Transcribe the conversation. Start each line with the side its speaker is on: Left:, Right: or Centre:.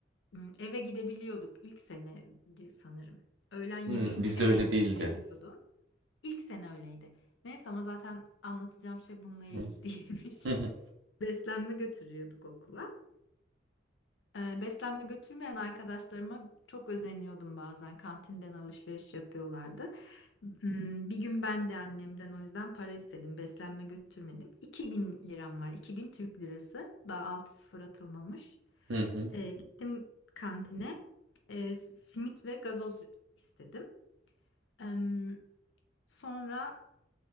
Left: m, eve gidebiliyorduk ilk sene sanırım. Öğlen yemeğini
Right: Hmm, bizde
Left: eve
Right: öyle değildi.
Left: gidebiliyordum. İlk sene öyleydi. Neyse ama zaten anlatacağım şey bununla ilgili
Right: Hı
Left: değilmiş.
Right: hı hı.
Left: <laughs> Beslenme götürüyorduk okula. Ee, Beslenme götürmeyen arkadaşlarıma çok özeniyordum bazen. Kantinden alışveriş yapıyorlardı. Hmm, Bir gün ben de annemden o yüzden para istedim. Beslenme götürmedim. 2000 liram var. 2000 Türk lirası. Daha altı sıfır atılmamış.
Right: hı hı.
Left: Ee, gittim kantine. Ee, simit ve gazoz istedim. Em, sonra